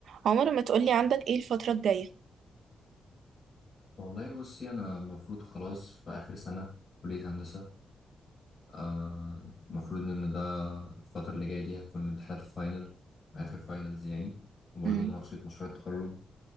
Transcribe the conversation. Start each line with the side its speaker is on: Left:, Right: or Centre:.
Right: عمر ما تقولي عندك ايه الفترة الجاية
Left: والله بصي انا المفروض خلاص في اخر سنه في كليه هندسه آه، المفروض ان ده الفتره اللي جايه دي هتكون امتحانات الفاينل اخر فاينلز يعني وبرضه
Right: مم.
Left: مناقشه مشروع التخرج